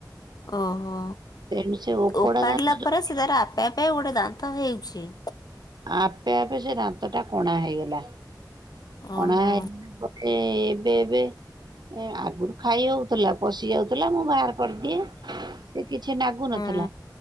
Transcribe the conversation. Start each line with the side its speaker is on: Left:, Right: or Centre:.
Left: ଓହୋ
Right: ତେଣୁ ସେ ଓପଡା
Left: ଓପାଡିଲା
Right: ଦାନ୍ତ ଯୋଉ
Left: ପରେ ତାର ଆପେ ଆପେ ଗୋଟେ ଦାନ୍ତ ହେଉଛି।
Right: ଆପେ ଆପେ ସେ ଦାନ୍ତ ଟା କଣା ହେଇଗଲା କଣା
Left: ଓହୋ
Right: ହେଇ ଏ ଏବେ ଏବେ ଆଗରୁ ଖାଇ ହଉଥିଲା ପଶି ଯାଉଥିଲା ମୁଁ ବାହାର କରିଦିଏ ସେ କିଛି ନାଗୁ
Left: ହୁଁ
Right: ନଥିଲା